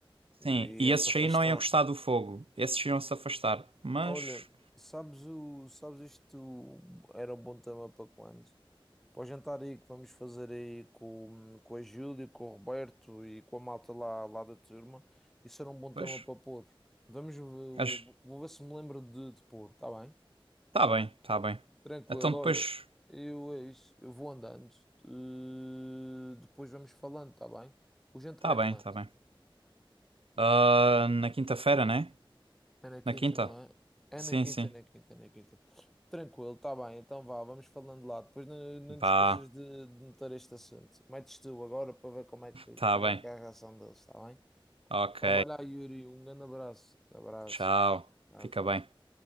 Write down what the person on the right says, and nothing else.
Sim,
e
esses
aí não iam gostar do fogo. Esses iam se afastar. Mas.
Pois.
Acho...
Tá bem, tá bem.
Então depois.
Tá
bem,
tá bem. Ah, na quinta-feira, né?
Na quinta?
Sim,
sim.
Vá,
tá
bem.
Ok.
Tchau.
Fica
bem.